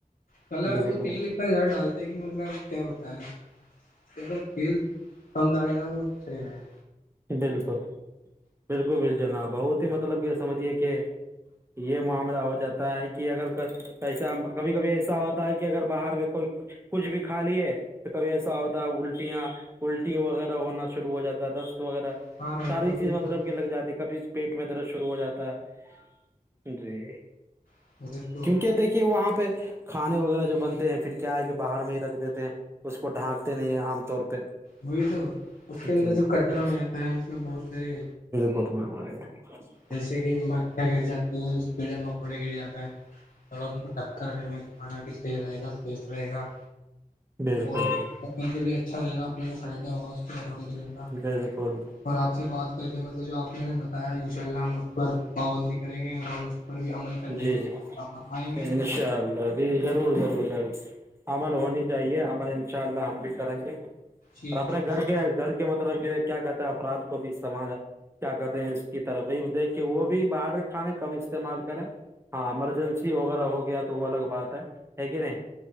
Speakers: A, on the left (about 80°); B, on the right (about 20°).
A: کل
B: بالکل
A: وہ تیل اتنا زیادہ ڈالتے کہ مطلب کیا بتا ہے گر تل کم ڈالینا ب صحیح ہے
B: بالکل بالکل ب جناب بہت مطلب یہ سمجھیے کہ یہ معاملہ ہو جاتا ہوتا ہے کہ اگر ایسا کبھی کبھی ایسا ہوتا ہے کہ اگر باہر کے کوئی کچھ بھی کھا لی ہے کہ کبھی ایسا ہوتا ہے الٹیاں الٹی وغیرہ ہونا شروع ہو جاتا ہے دس وغیرہ
A: بیمار ہونے
B: ساری
A: کا
B: چیز
A: بھی
B: مطلب
A: بہت
B: کہ لگ جاتی کبھی پیٹ میں درد شروع ہو جاتا ہے جی
A: وہی تو
B: کیونکہ دیکھیے وہاں پہ کھانے وغیرہ جو بنتے ہیں پھر کیائے کہ باہر میں ہی رکھ دیتے ہیں اس کو ڈھانکتے نہیں عام طور پہ
A: وہی تو اس کے
B: جی
A: اندر جو کچرا ہو جاتا ہے مطلب بہت ساری
B: اور میں ب <unintelligible>
A: جیسے کہ مکا گر جاتی ہیں کیڑے مکوڑے گر جاتے ہیں اگر ت کو ڈٹک کر رہیں گے تو کانا بھی صحیح رہے گا سیف رہے گا
B: بالکل
A: اور اپن کو بھی اچھا رہے گا اپنے کو فائدہ ہوگا اس کے الحمد للہ
B: بالکل
A: اور آپ سے بات کر کے مطلب جو آپ نے ہم نے بتایا ہی پہ ہم اس پر پابندی کریں گے اور ہم اس پر بھی عمل کرنے
B: جی
A: کی
B: جی
A: فرمائیں گے
B: انشاء اللہ جی ضرور ضرور ضرور عمل ہونی چاہیے عمل ان شاء اللہ ہم بھی کریں گے
A: جی
B: اور اپنے
A: جی
B: گھر
A: آپ
B: کے گھر کے مطلب کہ کیا کہتے ہیں افراد کو بھی سمجا کیا کہتے ہیں اس کی ترغیب دے کے وہ بھی باہر کے کھانے کم استعمال کریں ہاں ایمرجنسی وغیرہ ہو گیا تو وہ الگ بات ہے ہے کہ نہیں